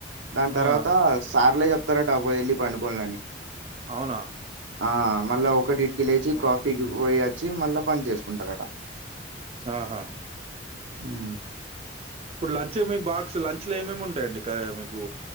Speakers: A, on the right; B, on the right.
A: దాని తర్వాత
B: ఆ!
A: సార్లే చెప్తారటపోయే వెళ్ళి పండుకోనులని
B: అవునా
A: ఆ మళ్ళా ఒకటి ఇటికి లేచి
B: ఓహ్!
A: కాఫీకి
B: హ్మ్.
A: పోయ్య వచ్చి మళ్ళా పని చేసుకుంటారట.
B: ఆహా
A: ఉ
B: ఇప్పుడు లంచ్ మీకు బాక్స్ లంచ్ లో ఏమేమి ఉంటాయండి క మీకు